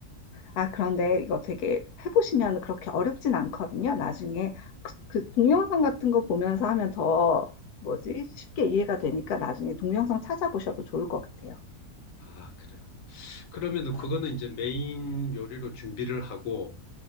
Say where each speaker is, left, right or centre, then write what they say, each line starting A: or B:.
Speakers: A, on the left; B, on the left.
A: 아, 그런데 이거 되게 해보시면 그렇게 어렵진 않거든요. 나중에 그, 그 동영상 같은 거 보면서 하면 더 뭐지? 쉽게 이해가 되니까 나중에 동영상 찾아보셔도 좋을 것 같아요.
B: 아, 그래요. 그러면은 그거는 이제 메인 요리로 준비를 하고